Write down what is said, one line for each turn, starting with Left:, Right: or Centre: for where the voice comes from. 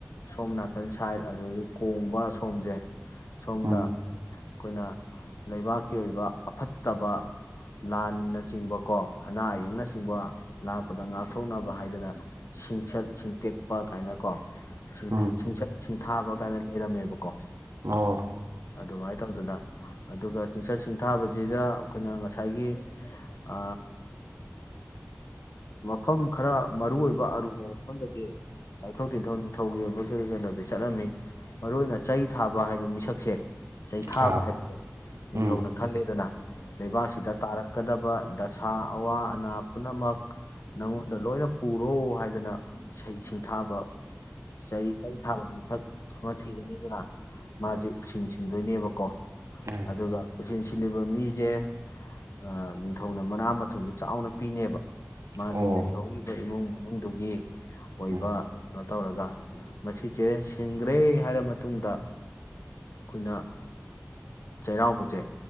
Left: ꯁꯣꯝ ꯅꯥꯀꯟ ꯁꯥꯏꯠ ꯑꯗꯒꯤ ꯀꯣꯡꯕ ꯁꯣꯝꯖꯦ ꯁꯣꯝꯗ
Right: ꯎꯝ
Left: ꯑꯈꯣꯏꯅ ꯂꯩꯕꯥꯛꯀꯤ ꯑꯣꯏꯕ ꯑꯐꯠꯇꯕ ꯂꯥꯟꯅꯆꯤꯡꯕꯀꯣ ꯑꯅꯥ ꯑꯌꯦꯛꯅ ꯆ ꯎꯕ ꯂꯥꯛꯄꯗ ꯉꯥꯛꯊꯣꯛꯅꯕ ꯍꯥꯏꯗꯅ ꯁꯤꯡꯆꯠ ꯁꯤꯡꯇꯦꯛꯄ ꯀꯥꯏꯅꯀꯣ ꯁꯥꯡꯊꯠ
Right: ꯎꯝ
Left: ꯁꯤꯡꯆꯠ ꯁꯤꯡꯊꯥꯕ ꯀꯥꯏꯅ ꯂꯩꯔꯝꯃꯦꯕꯀꯣ
Right: ꯑꯣ
Left: ꯑꯗꯨꯃꯥꯏꯟ ꯇꯧꯗꯅ ꯑꯗꯨꯒ ꯁꯤꯡꯆꯠ ꯁꯤꯡꯊꯥꯕꯖꯤꯗ ꯑꯈꯣꯏꯅ ꯉꯁꯥꯏꯒꯤ ꯑ ꯃꯐꯝ ꯈꯔ ꯃꯔꯨ ꯑꯣꯏꯕ ꯑꯔꯨꯕ ꯃꯐꯝꯗꯗꯤ ꯂꯥꯏꯊꯧ ꯇꯤꯟꯊꯧ ꯅꯤꯡꯊꯧꯒꯤ ꯑꯣꯏꯕ ꯀꯔꯤꯒꯤꯅꯣꯗꯤ ꯆꯠꯂꯝꯃꯤ ꯃꯔꯨ ꯑꯣꯏꯅ ꯆꯩ ꯊꯥꯕ ꯍꯥꯏꯕ ꯃꯤꯁꯛꯁꯦ ꯆꯩ ꯊꯥꯕ
Right: ꯑꯥ
Left: ꯍꯥꯏꯕꯗꯣ ꯅꯤꯡꯊꯧꯅ
Right: ꯎꯝ
Left: ꯈꯜꯂꯦꯗꯅ ꯂꯩꯕꯥꯛꯁꯤꯗ ꯇꯥꯔꯛꯀꯗꯕ ꯗꯁꯥ ꯑꯋꯥ ꯑꯅꯥ ꯄꯨꯟꯅꯃꯛ ꯅꯪꯉꯣꯟꯗ ꯂꯣꯏꯅ ꯄꯨꯔꯣ ꯍꯥꯏꯗꯅ ꯁꯩ ꯁꯤꯡꯊꯥꯕ ꯆꯩ ꯆꯩ ꯊꯥꯕ ꯃꯤꯁꯛ ꯑꯃ ꯊꯤꯒꯅꯤꯗꯅ ꯃꯥꯖꯦ ꯎꯁꯤꯟ ꯁꯤꯟꯗꯣꯏꯅꯦꯕꯀꯣ
Right: ꯎꯝ
Left: ꯑꯗꯨꯒ ꯎꯁꯤꯟ ꯁꯤꯜꯂꯤꯕ ꯃꯤꯖꯦ ꯑ ꯅꯤꯡꯊꯧꯅ ꯃꯅꯥ ꯃꯊꯨꯖꯨ ꯆꯥꯎꯅ ꯄꯤꯅꯦꯕ ꯃꯥꯒꯤ
Right: ꯑꯣ
Left: ꯂꯩꯍꯧꯔꯤꯕ ꯏꯃꯨꯡ ꯃꯅꯨꯡꯗꯨꯒꯤ ꯑꯣꯏꯕ
Right: ꯎꯝ
Left: ꯀꯅꯣ ꯇꯧꯔꯒ ꯃꯁꯤꯖꯦ ꯁꯤꯟꯈ꯭ꯔꯦ ꯍꯥꯏꯔ ꯃꯇꯨꯡꯗ ꯈꯨꯟꯅ ꯆꯩꯔꯥꯎꯕꯖꯦ